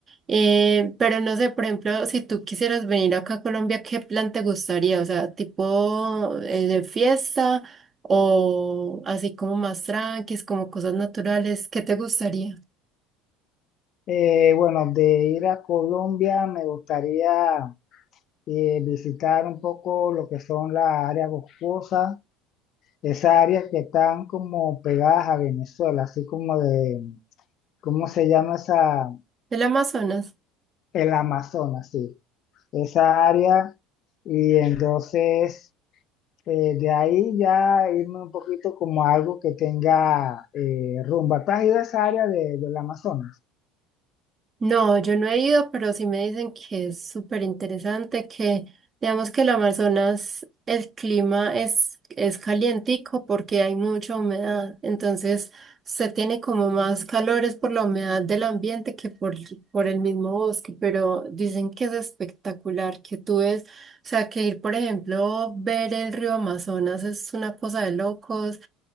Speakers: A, on the right (about 30°); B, on the left (about 50°).
A: Eh, pero no sé, por ejemplo, si tú quisieras venir acá a Colombia, ¿qué plan te gustaría? O sea, tipo eh, de fiesta o así como más tranquis, como cosas naturales, ¿qué te gustaría?
B: Eh, bueno, de ir a Colombia me gustaría eh, visitar un poco lo que son las áreas boscosas, esas áreas que están como pegadas a Venezuela, así como de, ¿cómo se llama esa?
A: ¿El Amazonas?
B: El Amazonas, sí, esa área. Y entonces, eh, de ahí ya irme un poquito como a algo que tenga eh, rumba. ¿Tú has ido a esa área de, del Amazonas?
A: No, yo no he ido, pero sí me dicen que es súper interesante, que digamos que el Amazonas, el clima es, es calientico porque hay mucha humedad, entonces se tiene como más calores por la humedad del ambiente que por, por el mismo bosque, pero dicen que es espectacular, que tú ves, o sea, que ir, por ejemplo, ver el río Amazonas es una cosa de locos.